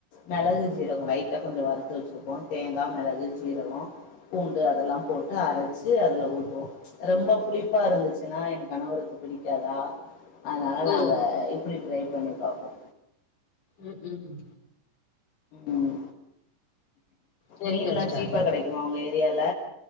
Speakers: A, on the left; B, on the left.
A: மெளகு சீரகோ லைட்டா கொஞ்ச வறுத்து வச்சுருப்போ தேங்கா மெளகு சீரகோ பூண்டு அதெல்லாம் போட்டு அரைச்சு அதுல ஊத்துவோ ரொம்ப புளிப்பா இருந்துச்சுனா என் கணவருக்கு புடிக் காதா அதுனால
B: ஓ
A: நாங்க இப்டி ட்ரை பண்ணி பாப்போ
B: ம் ம்
A: ம்
B: சரிங்க
A: மீன் லா
B: சிஸ்டர்
A: சீப்பா கெடைக்குமா உங்க ஏரியால